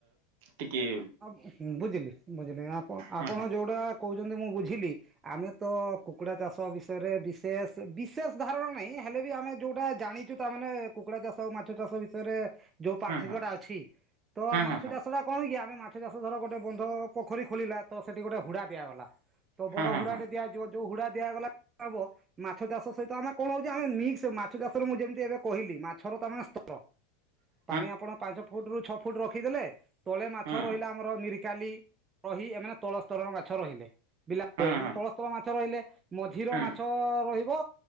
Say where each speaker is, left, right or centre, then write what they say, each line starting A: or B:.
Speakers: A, on the right; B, on the right.
A: ଟିକିଏ
B: ହଁ ବୁଝିଲି ବୁଝିଲି ଆପଣ ଆପଣ
A: ହୁଁ ହୁଁ।
B: ଯୋଉଟା କହୁଛନ୍ତି ମୁଁ ବୁଝିଲି। ଆମେ ତ କୁକୁଡା ଚାଷ ବିଷୟରେ ବିଶେଷ ବିଶେଷ ଧାରଣା ନାହିଁ ହେଲେ ବି ଆମେ ଯୋଉଟା ଜାଣିଛୁ ତା ମାନେ କୁକୁଡା ଚାଷ ଆଉ ମାଛ ଚାଷ ବିଷୟରେ ଯୋଉ ପାର୍ଥକ୍ୟ
A: ହଁ ହଁ
B: ଟା ଅଛି ତ ମାଛ
A: ହଁ
B: ଚାଷ ଟା କଣ କି ଆମେ ମାଛ ମାଛ ଚାଷ ଧର ଗୋଟେ ବନ୍ଧ ପୋଖରୀ ଖୋଳିଲା ତ ସେଠି ଗୋଟେ ହୁଡା ଦିଆଗଲା ତ
A: ହଁ
B: ବଡ
A: ହଁ
B: ହୁଡାଟେ ଦିଆଯ ଯ ଯୋଉ ହୁଡା ଦିଆଗଲା ହବ ମାଛ ଚାଷ ସହିତ ଆମେ କଣ ହଉଛି ଆମେ ମିକ୍ସ ମାଛ ଚାଷରେ ମୁଁ ଯେମିତି ଏବେ କହିଲି ମାଛର ତ ଆମେ ସ୍ତର
A: ହ
B: ପାଣି ଆପଣ ପାଞ୍ଚ ଫୁଟ ରୁ ଛଅ ଫୁଟ ରଖିଦେଲେ ତଳେ ମାଛ
A: ହଁ
B: ରହିଲା ଆମର ମିର କାଲି, ରହି ଏମାନେ ତଳ ସ୍ତରର ମାଛ ରହିଲେ। ବିଲା ରହିବେ
A: ହଁ ହଁ
B: ମାନେ
A: ହଁ ହଁ
B: ତଳସ୍ତର ମାଛ ରହିଲେ, ମଝିର
A: ହଁ
B: ମାଛ ରହିବ